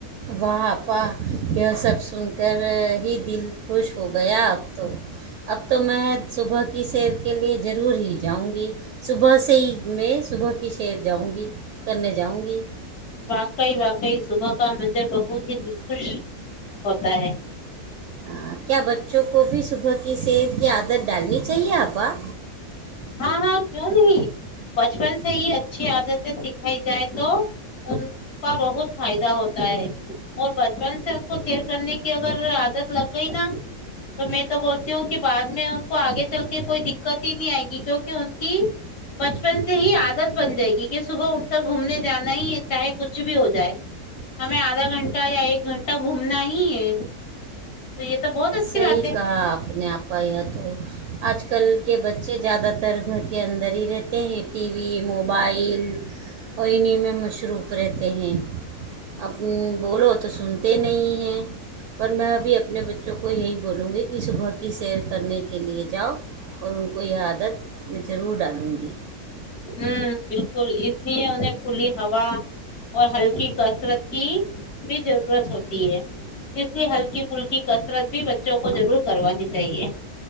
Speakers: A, on the right (about 65°); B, on the left (about 80°).
A: واہپا یہ سب سن کر ہی دل خوش ہو گیا اب تو اب تو میں صبح کی کی سیر کے لیے ضرور ہی جاؤں گی صبح سے ہی میں صبح کی سیر جاؤں گی کرنے جاؤں گی
B: وقئی وقئی سب کا مظر بہت ہی دل خوش ہوتا ہے
A: ہ کیا بچوں کو بھی صبح کی سیر کی عادت ڈالنی چاہیے آپاں
B: ہاں ہاں کیوں نہیں بچپن سے ہی اچھی عادتیں سکھائی جائے تو ان کا بہت فائدہ ہوتا ہے اور بچپن سے کو سئر کرنے کی اگر عادت لگئی نا تو میں تو بولتی ہوں کہ بعد میں ان کو آگے چل کے کوئی د کتی نہیں آئے گی کیوںکہ ان کی بچپن سے ہی عادت بن جائے گی کہ صبح اٹھ کر گھومنے جانا ہی ہے چاہے کچھ بھی ہو جائے ہمیں آدھا گھنٹہ یا ایک گھنٹہ گھومنا ہی ہے تو یہ تو بہت اچھی
A: صحیح
B: بات ہے
A: کہا آپ نے آپ پائی ہے تو آج کل کے بچے زیادہ تر گھر کے اندر ہی رہتے ہیں ٹی وی موبائل اور انہیں میں مصروف رہتے ہیں اپ بولو تو سنتے نہیں ہیں پر میں ابھی اپنے بچ جو کو یہی بولوں گی کہ صبح کی سیر کرنے کے لیے جاؤ اور ان کو یہ عادت میں ضرور ڈالوں گی
B: ہوں بالکل اس لیے انہیں کھلی ہوا اور ہلکی کسرت کی بھی ضرورت ہوتی ہے اس لیے ہلکی پھلکی کسرت بھی بچوں کو ضرور کروانی چاہیے